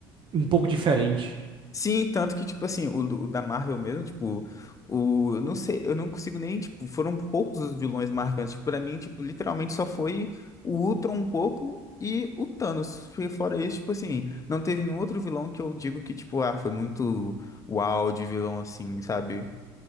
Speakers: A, on the right (about 45°); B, on the left (about 25°).
A: um pouco diferente.
B: Sim, tanto que, tipo assim, o, do- o da Marvel mesmo, tipo, o, eu não sei, eu não consigo nem, tipo, foram poucos os vilões marcantes. Tipo, pra mim, tipo, literalmente só foi o Ultron um pouco e o Thanos. foi Fora isso, tipo assim, não teve nenhum outro vilão que eu digo que, tipo, ah, foi muito uau de vilão, assim, sabe?